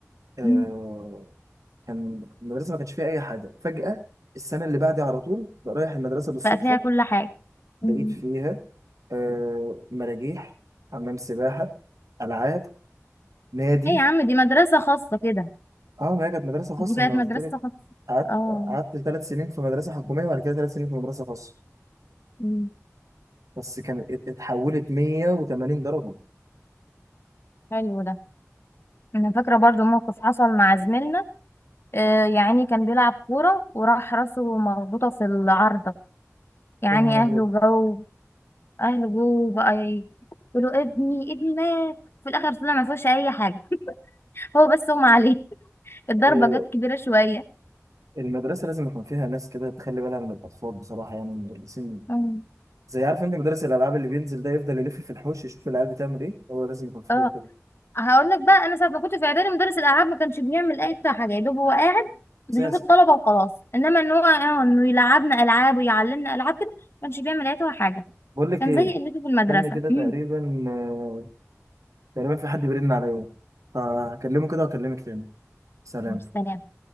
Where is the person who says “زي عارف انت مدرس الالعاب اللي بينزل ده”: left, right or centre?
Right